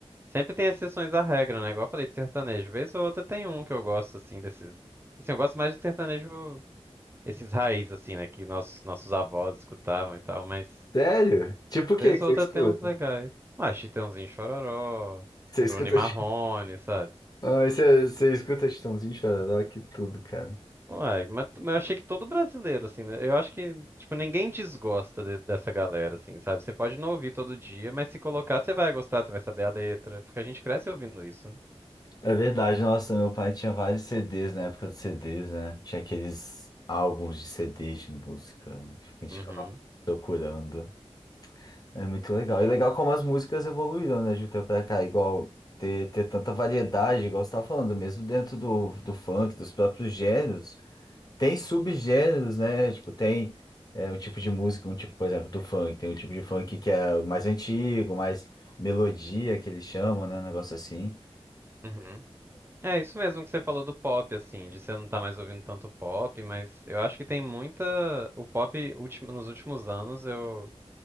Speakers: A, on the right; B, on the left.
A: Sempre tem exceções à regra, né? Igual eu falei de sertanejo. Vez ou outra tem um que eu gosto, assim, desses... Assim, eu gosto mais de sertanejo, esses raiz, assim, né? Que nossos, nossos avós escutavam e tal, mas...
B: Sério? Tipo o que
A: Vez
B: que
A: ou
B: você
A: outra
B: escuta?
A: tem uns legais. Ah, Chitãozinho e Chororó,
B: Você
A: um
B: escuta.
A: Bruno e Marrone,
B: <laughs>
A: sabe?
B: Ai, você, você escuta Chitãozinho, Chororó, que tudo, cara.
A: Uai, mas, mas eu achei que todo brasileiro, assim, né? Eu acho que, tipo, ninguém desgosta de- dessa galera, assim, sabe? Você pode não ouvir todo dia, mas se colocar, você vai gostar, você vai saber a letra, porque a gente cresce ouvindo isso, né?
B: É verdade, nossa, meu pai tinha vários CDs na época dos CDs, né? Tinha aqueles álbuns de CDs de música que a gente
A: Uhum,
B: ficava procurando. É muito legal. E legal como as músicas evoluíram, né, de um tempo pra cá. Igual ter, ter tanta variedade, igual você tava falando, mesmo dentro do, do funk, dos próprios gêneros, tem subgêneros, né? Tipo, tem é, um tipo de música, um tipo, por exemplo, do funk. Tem um tipo de funk que é o mais antigo, mais melodia, que eles chamam, né? Um negócio assim.
A: uhum. É isso mesmo que você falou do pop, assim, de você não tá mais ouvindo tanto pop, mas eu acho que tem muita. O pop, ultim- nos últimos anos, eu